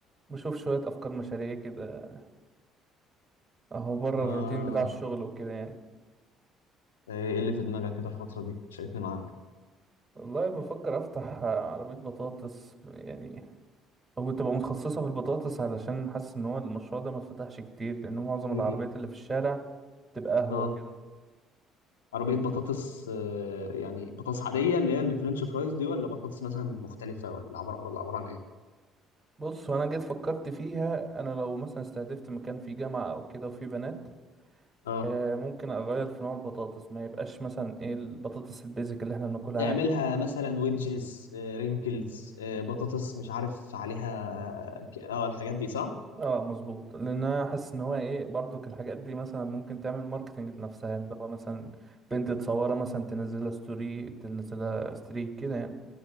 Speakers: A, on the right; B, on the left.
A: بشوف شوية افكار مشاريع كده اهو بره
B: اه
A: الروتين بتاع الشغل وكده يعني
B: ايه اللي في دماغك كده الفترة دي شاركني معاك
A: والله بفكر افتح عربية بطاطس يعني هو تبقى متخصصة في البطاطس علشان حاسس ان هو المشروع ده ما اتفتحش كتير لان معظم العربيات
B: إيه؟
A: اللي في الشارع تبقى قهوة
B: اه
A: وكده
B: عربية بطاطس آه يعني بطاطس عادية اللي هي الفرنش فرايز دي ولا بطاطس مثلا مختلفة ولا عبارة ولا عبارة عن ايه
A: بص وانا جيت فكرت فيها انا لو مثلا استهدفت مكان فيه جامعة او كده وفيه بنات
B: اه
A: آه، ممكن اغير في نوع البطاطس ما يبقاش مثلا ايه البطاطس البيزك اللي احنا بناكلها
B: تعملها
A: عادي
B: مثلا ويدجز آه رينكلز آه بطاطس مش عارف عليها ك- اه الحاجات دي صح؟
A: اه مظبوط لان انا حاسس ان هو ايه برضك الحاجات دي مثلا ممكن تعمل ماركتنج لنفسها اللي هو مثلا بنت تصورها مثلا تنزلها ستوري تنزلها ستريك كده يعني